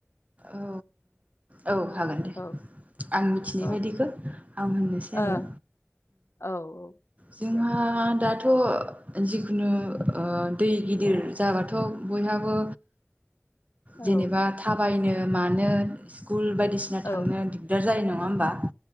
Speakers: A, on the right; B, on the left.
A: औ औ हागोन दे
B: औ
A: आं मिथिनाय
B: औ
A: बायदिखौ आं होननोसै आरो
B: ओं औ
A: जोंहा
B: दे
A: दाथ' थ' जिखुनु ओ दै गिदिर जाबाथ' बयहाबो
B: औ
A: जेनेबा थाब बायनो मानो स्कुल बाय बायदिसिना थांनो
B: औ
A: दिगदार जायो नङा होमबा